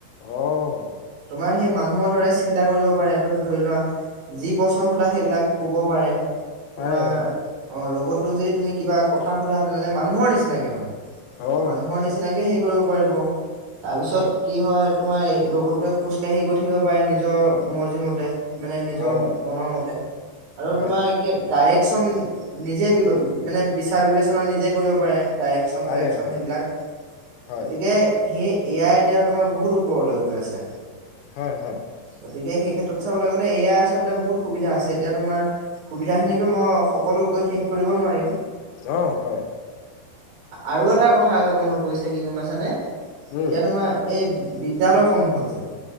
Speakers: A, on the left (about 85°); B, on the right (about 65°).
A: অহ।
B: আমাৰ সেই মানুহৰ দৰে চিন্তা কৰিব পাৰে, তুমি ধৰি লোৱা যি প্ৰশ্ন সোধা সেইবিলাক ক'ব পাৰে।
A: পাৰে
B: তোমাৰ
A: অ
B: অ', ৰ'বতটোক যদি তুমি কিবা কথা সোধা তেনেহ'লে মানুহৰ নিচিনাকে মানে।
A: অ
B: মানুহৰ নিচিনাকে সেই কৰিব পাৰিব, তাৰপিছত
A: অ
B: কি হয় তোমাৰ এই ৰ'বতটোৱে খোজকাাঢ়ি গৈ ঠাকিব পাৰে নিজৰ মৰ্জি মতে। মানে নিজৰ
A: অ
B: মনৰ মতে আৰু
A: হয়
B: তোমাৰ কে ডাইৰেকচন নিজে বি মানে বিচাৰ বিবেচনা নিজে কৰিব পাৰে। ডাইৰেকশচন
A: পাৰে
B: -চাইৰেকচন
A: অ
B: সেইবিলাক
A: হয়
B: গতিকে সি। এয়াই এতিয়া তোমাৰ বহুত ওপৰলৈ গৈ আছে।
A: হয়-হয়।
B: গতিকে সেই ক্ষেত্ৰত চাবলৈ গ'লে এয়াই আচলতে বহুত সুবিধা আছে। এতিয়া তোমাৰ সুবিধা খিনিতো মই সকলো কৈ শেষ কৰিব নোৱাৰিম।
A: অ, হয়।
B: আৰু এটা কথা মনত পৰিছে কি গম পাইছানে। এতিয়া
A: উম
B: তোমাৰ এই বিদ্যালৈ সমূহত যে।